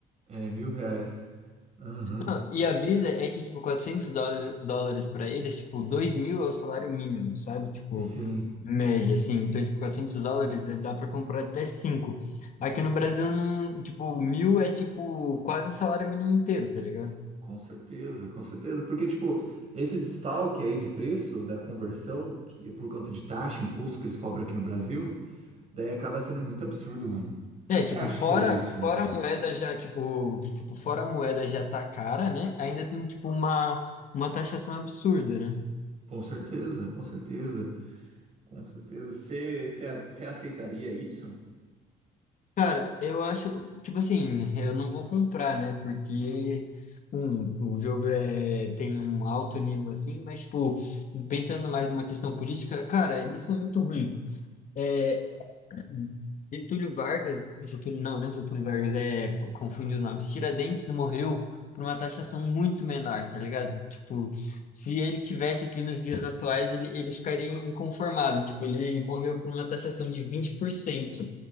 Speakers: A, on the right; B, on the left.
A: é, mil reais. Aham.
B: Não, e a brisa é que, tipo, 400 dólares dólares para eles, tipo, dois mil é o salário mínimo, sabe? Tipo,
A: Sim.
B: média, assim. Então, tipo, 400 dólares eh, dá para comprar até cinco Aqui
A: Uhum.
B: no Brasil, não, tipo, mil é, tipo, quase o salário mínimo inteiro, tá ligado?
A: Com certeza, com certeza. Porque, tipo, esse desfalque aí de preço da conversão, que é por conta de taxa, imposto que eles cobram aqui no Brasil, daí acaba sendo muito absurdo, mano.
B: É,
A: O que
B: tipo,
A: você acha
B: fora,
A: disso?
B: fora a moeda já, tipo, tipo, fora a moeda já tá cara, né? Ainda tem, tipo, uma, uma taxação absurda, né?
A: Com certeza, com certeza, com certeza. Você, você, a- você aceitaria isso?
B: Cara, eu acho, tipo assim, eu não vou comprar, né? Porque um, o jogo é, tem um alto nível assim, mas, tipo, pensando mais numa questão política, cara, isso é muito ruim. É, Hum. Getúlio Vargas, Getúlio, não, não é Getúlio Vargas, é, f- confundi os nomes. Tiradentes morreu por uma taxação muito menor, tá ligado? Tipo, se ele tivesse aqui nos dias atuais, ele, ele ficaria inconformado. Tipo, ele morreu por uma taxação de 20%